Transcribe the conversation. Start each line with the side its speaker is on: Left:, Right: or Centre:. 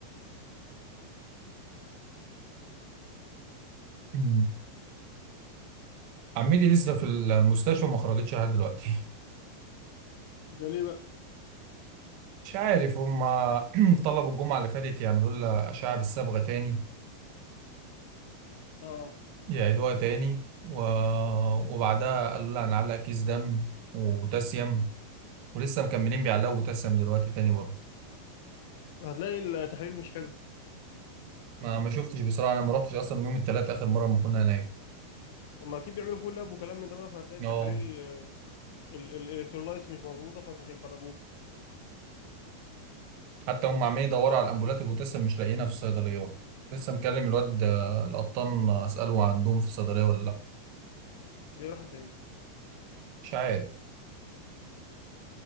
Right: مم. عمتي لسه في المستشفى ما خرجتش لحد دلوقتي <laughs>
Left: ده ليه بقى
Right: مش عارف هما <clears throat> طلبوا الجمعة اللي فاتت يعملوا لها أشعة بالصبغة تاني
Left: اه
Right: يعيدوها تاني و... وبعدها قالوا لها هنعلق كيس دم وبوتاسيوم ولسه مكملين بيعلقوا بوتاسيوم دلوقتي تاني برضه
Left: هتلاقي التحاليل مش حلو
Right: ما ما شفتش بصراحه انا ما رحتش اصلا من يوم الثلاث اخر مره ما كنا هناك
Left: هما اكيد بيعملوا فول لاب وكلام من ده بقى فهتلاقي التحاليل
Right: اه
Left: الالكترولايتس مش مظبوطه فمش هيخرجوه
Right: حتى هم عمالين يدوروا على الامبولات ولسه مش لاقيينها في الصيدليات لسه مكلم الواد آه، القطان آه، اساله عندهم في الصيدليه ولا لا
Left: ليه راحت فين
Right: مش عارف